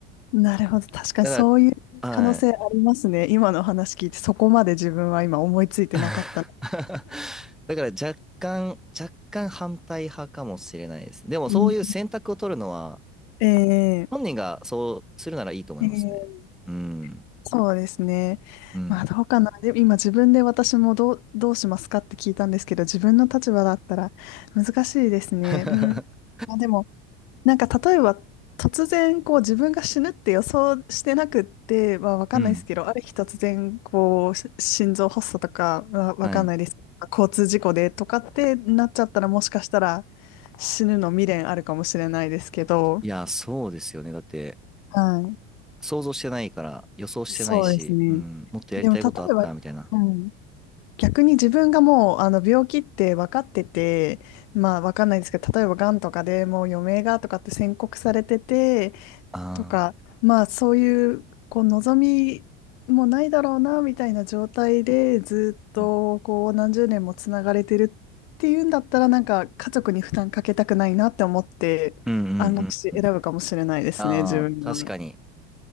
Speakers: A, on the left; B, in the centre.
A: なるほど。確かにそういう可能性ありますね。
B: だから、はい。
A: 今のお話聞いて、そこまで自分は今思いついてなかったの。
B: <laughs> だから若干、若干反対派かもしれないです。でもそういう選択を取るのは、
A: うんええ
B: 本人がそうするならいいと思いますね。
A: えー
B: うん。
A: そうですね。
B: うん。
A: まあどうかな。で、今自分で私もどう、どうしますかって聞いたんですけど、自分の立場だったら難しいですね。
B: <laughs>
A: うん。まあでも、なんか例えば突然こう自分が死ぬって予想してなくって、まあわかんないですけど、
B: うん。
A: ある日突然こうし心臓発作とかわわかんないです。
B: はい。
A: 交通事故でとかってなっちゃったらもしかしたら死ぬの未練あるかもしれないですけど、
B: いや、そうですよね。だって、
A: はい。
B: 想像してないから、予想してないし、
A: そうですね。
B: うん、もっとやりたいことあったみたいな。
A: でも例えば、うん。逆に自分がもうあの病気って分かってて、まあ分かんないですけど、例えばがんとかでもう余命がとかって宣告されてて、
B: あ
A: とか、
B: あ、
A: まあそういう、こう望みもないだろうな、みたいな状態でずっとこう何十年もつながれてるっていうんだったら、
B: うん
A: なんか家族に負担かけたくないなって思って、
B: うんうんうん。
A: 安楽死選ぶかもしれないですね、
B: ああ、
A: 自分は。
B: 確かに。